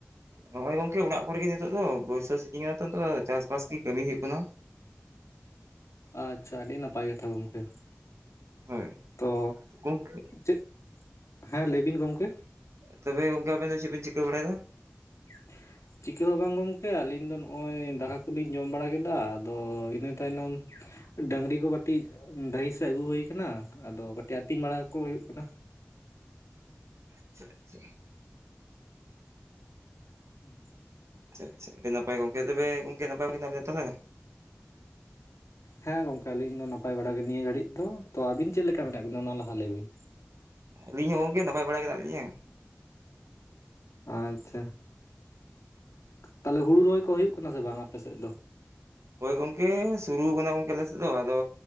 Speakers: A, on the right; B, on the left.
A: ᱱᱚᱜ-ᱚᱭ ᱜᱚᱝᱠᱮ ᱚᱲᱟᱜ ᱠᱚᱨᱮ ᱜᱮ ᱱᱤᱛᱚᱜ ᱫᱚ ᱵᱚᱨᱥᱟ ᱥᱤᱡᱤᱧ ᱠᱟᱱᱟ ᱛᱚ ᱱᱤᱛᱳᱜ ᱫᱚ ᱪᱟᱥᱵᱟᱥ ᱜᱤ ᱠᱟᱹᱢᱤ ᱦᱩᱭᱩᱜ ᱠᱟᱱᱟ ᱾
B: <unintelligible> ᱟᱪᱪᱷᱟ ᱟᱰᱤ ᱱᱟᱯᱟᱭ ᱠᱟᱛᱷᱟ ᱜᱚᱢᱠᱮ
A: ᱦᱳᱭ
B: ᱛᱚ
A: ᱜᱚᱝᱠᱮ
B: ᱪᱮᱫ ᱦᱮᱸ ᱞᱟᱹᱭ ᱵᱤᱱ ᱜᱚᱝᱠᱮ᱾
A: ᱛᱚᱵᱮ ᱜᱩᱝᱠᱮ ᱟᱵᱮᱱ ᱫᱚ ᱪᱮᱫ ᱵᱮᱱ ᱪᱤᱠᱟᱹ ᱵᱟᱲᱟᱭᱫᱟ?
B: <unintelligible> ᱪᱤᱠᱟᱹ ᱦᱚᱸ ᱵᱟᱝ ᱜᱚᱢᱠᱮ ᱟᱞᱤᱧ ᱫᱚ ᱱᱚᱜ-ᱚᱭ ᱫᱟᱠᱟ ᱠᱚᱞᱤᱧ ᱡᱚᱢ ᱵᱟᱲᱟ ᱠᱮᱫᱟ ᱟᱫᱚ ᱤᱱᱟᱹ ᱛᱟᱭᱱᱚᱢ ᱰᱟᱹᱝᱨᱤ ᱠᱚ ᱠᱟᱹᱴᱤᱡ ᱰᱟᱦᱤ ᱥᱮᱫ ᱟᱹᱜᱩ ᱦᱩᱭ ᱠᱟᱱᱟ ᱟᱫᱚ ᱠᱟᱹᱴᱤᱡ ᱟᱹᱛᱤᱧ ᱵᱟᱲᱟ ᱠᱚ ᱦᱩᱭᱩᱜ ᱠᱟᱱᱟ ᱾
A: ᱟᱪᱪᱷᱟ ᱟᱪᱪᱷᱟ ᱾
B: <unintelligible>
A: ᱟᱪᱪᱷᱟ ᱟᱪᱪᱷᱟ ᱟᱰᱤ ᱱᱟᱯᱟᱭ ᱜᱚᱝᱠᱮ ᱛᱚᱵᱮ ᱜᱚᱝᱠᱮ ᱱᱟᱯᱟᱭ ᱜᱮ ᱢᱮᱱᱟᱜ ᱢᱮᱭᱟ ᱛᱟᱦᱞᱮ?
B: ᱦᱮᱸ ᱜᱚᱝᱠᱮ ᱟᱹᱞᱤᱧ ᱫᱚ ᱱᱟᱯᱟᱭ ᱵᱟᱲᱟ ᱜᱮ ᱱᱤᱭᱟᱹ ᱜᱷᱟᱹᱲᱤᱡ ᱫᱚ ᱛᱚ ᱟᱵᱤᱱ ᱪᱮᱫ ᱞᱮᱠᱟ ᱢᱮᱱᱟᱜ ᱵᱤᱱᱟ ᱚᱱᱟ ᱞᱟᱦᱟ ᱞᱟᱹᱭ ᱵᱤᱱ?
A: ᱟᱹᱞᱤᱧ ᱦᱚᱸ ᱜᱚᱝᱠᱮ ᱱᱟᱯᱟᱭ ᱵᱟᱲᱟᱭ ᱜᱮ ᱢᱮᱱᱟᱜ ᱞᱤᱧᱟ ᱾
B: ᱟᱪᱪᱷᱟ, ᱛᱟᱦᱞᱮ ᱦᱩᱲᱩ ᱨᱚᱦᱚᱭ ᱠᱚ ᱦᱩᱭᱩᱜ ᱠᱟᱱᱟ ᱥᱮ ᱵᱟᱝ ᱟᱯᱮ ᱥᱮᱫ ᱫᱚ?
A: ᱦᱳᱭ ᱜᱚᱝᱠᱮ ᱥᱩᱨᱩ ᱠᱟᱱᱟ ᱜᱚᱝᱠᱮ ᱟᱞᱮ ᱥᱮᱫ ᱫᱚ, ᱟᱫᱚ